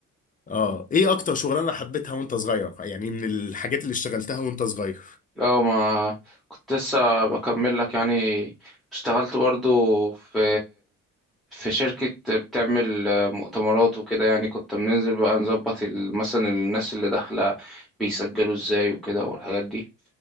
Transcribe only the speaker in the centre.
اه ما كنت لسه بكمل لك يعني اشتغلت برضو في في شركة بتعمل آه، مؤتمرات وكده يعني كنت بننزل بقى نظبط ال- مثلا الناس اللي داخلة بيسجلوا ازاي وكده والحاجات دي